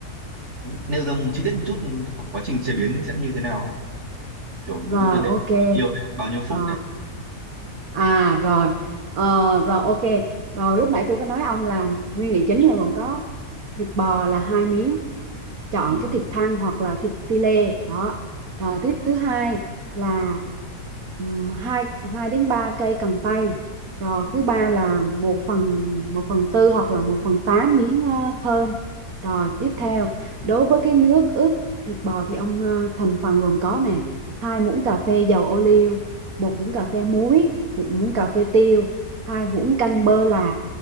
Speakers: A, on the right; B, on the right.
A: nêu ra chi tiết một chút hoặc quá trình chế biến sẽ như thế nào không? Kiểu
B: rồi
A: ví dụ như để
B: ok
A: vào bao nhiêu này, bao nhiêu phút
B: Ờ,
A: này.
B: à rồi Ờ, rồi ok rồi lúc nãy tôi có nói ông là nguyên liệu chính là gồm có thịt bò là hai miếng chọn
A: Ừ,
B: cái thịt thăn hoặc là thịt phi lê đó rồi tiếp thứ hai là ừm, hai hai đến ba cây cần tây rồi thứ ba là một phần một phần tư hoặc là một phần tám miếng ờ, thơm rồi tiếp theo đối với cái nước ướp thịt bò thì ông ờ, thành phần gồm có nè hai muỗng cà phê dầu ô liu một muỗng cà phê muối một muỗng cà phê tiêu hai muỗng canh bơ lạc